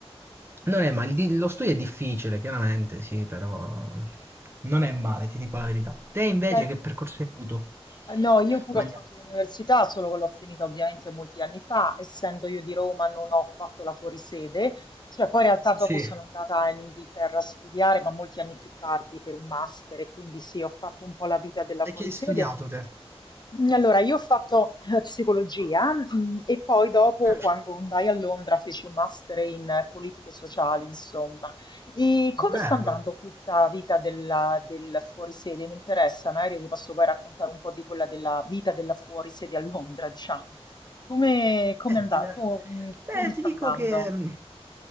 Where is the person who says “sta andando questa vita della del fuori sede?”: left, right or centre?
Left